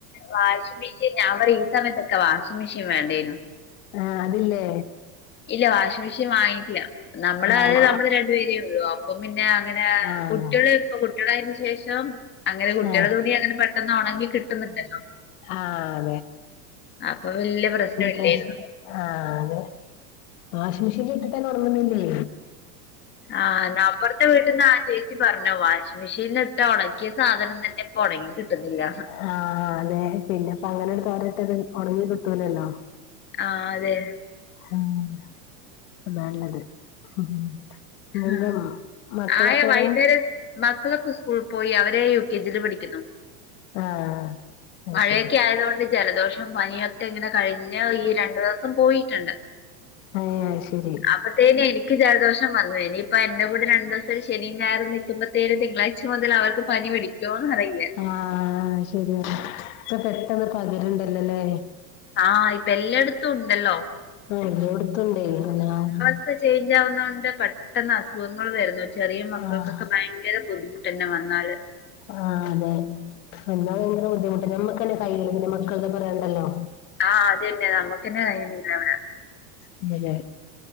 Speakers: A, on the left; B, on the left.
A: വാഷിംഗ് മെഷീൻ ഞാൻ പറിം ഈ സമയത്തൊക്കെ വാഷിംഗ് മിഷീൻ വേണ്ടേനു
B: ആഹ് അതില്ലേ
A: ഇല്ല വാഷിംഗ് മിഷീൻ വാങ്ങിട്ടില്ല നമ്മളത്
B: ആഹ്
A: നമ്മള് രണ്ട് പേരേ ഉള്ളു അപ്പം പിന്ന അങ്ങനെ പിന്നാ
B: ആഹ്
A: കുട്ടീള് ഇപ്പൊ കുട്ട്യളായിന് ശേഷം അങ്ങനെ കുട്ടീളെ
B: ആഹ് ആഹ്
A: തുണി അങ്ങനെ പെട്ടെന്ന് ഒണങ്കി കിട്ടുന്ന്ണ്ടല്ലൊ
B: ആഹ്
A: അപ്പൊ വല്യ പ്രശ്നൊ ഇല്ലെര്ന്നു
B: പ്രശ് ആഹ് അതെ. വാഷിംഗ് മിഷീൻ ഇട്ടിട്ടന്നെ ഒണങ്ങ്ന്നില്ലെ
A: ആഹ് ന്നാ അപ്പർത്ത വീട്ട്ന്നാ ചേ ച്ചി പറഞ്ഞു വാഷിംഗ് മിഷീനിലി ഇട്ട ഒണക്ക്യ സാധനം തന്നെ ഇപ്പൊ ഒണങ്ങി കിട്ട്ന്നില്ല
B: ആഹ് അതേ പിന്നപ്പ അങ്ങനണ്ട് തോരട്ടത് ഒണങ്ങി കിട്ടൂലലൊ
A: ആഹ് തേ
B: ഉം അതാല്ലത് ഇന്നെന്താ
A: ആഹ്
B: ഉം മക്കളൊക്കെവടേ
A: ആയ വൈകുന്നേരം മക്കളൊക്കെ സ്കൂളി അവര് യൂ കെ ജീല് പഠിക്കുന്നു
B: ആഹ് അത്
A: മഴയൊക്കെ
B: ശരി
A: ആയത്കൊണ്ട് ജലദോഷം പനിയൊക്കെ ഇങ്ങനെ കഴിഞ്ഞ ഈ രണ്ട് ഒര്ദിവസം പോയീട്ട്ണ്ട്
B: ഏഹ് അത് ശരി
A: അപ ത്തേന് എനിക്ക് ജലദോഷം വന്നു എനി ഇപ്പൊ എന്റെ കൂടെ രണ്ടിസം ശനി ഞാഴറും നിക്കുമ്പത്തീന് തിളാഴ് ച മുതല് അവർക്ക് പനി പിടിക്കോന്ന് അറിയില്ല
B: ആഹ് ശരിയാണ്. ഇപ്പ പെട്ടെന്ന് പകര്ൺണ്ടല്ലലേ
A: ആഹ് ഇപ്പ എല്ലട്ത്തു ഉണ്ടല്ലൊ
B: ആഹ് എല്ലോട്ത്തൂണ്ടെ അ <unintelligible>
A: സ്ഥ ചെയ്ഞ്ചാവ്ന്ന കൊണ്ട് പെട്ടെന്ന് അസുഖങ്ങൾ വരുന്നു ചെറിയ മക്കക്കൊക്കെ
B: ആഹ്
A: ഭയ ങ്കരം ബുദ്ധിമുട്ടെന്നെ വന്നാല്
B: ആഹ് അതെ ഭയങ്കര ബുദ്ധിമുട്ട ഞമ്മക്കന്നെ കയ്യി പിന്നെ മക്കളത് പറയണ്ടല്ലോ
A: ആഹ് അതന്നെ നമ്മുക്കന്നെ കഴിയുന്നില്ല ഇവിടെ
B: ഇല്ലല്ലേ